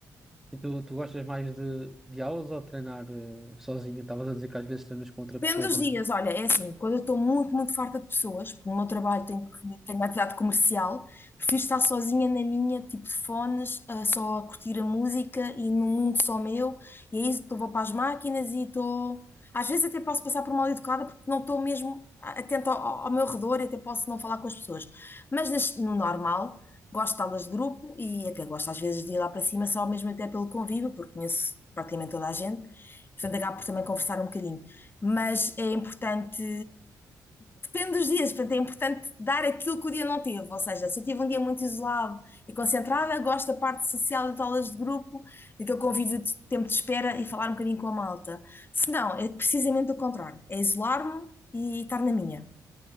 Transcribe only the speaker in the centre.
E tu, tu gostas mais de, de aulas ou treinar eh, sozinha? Estavas a dizer que às vezes treinas com outra
pessoa
também.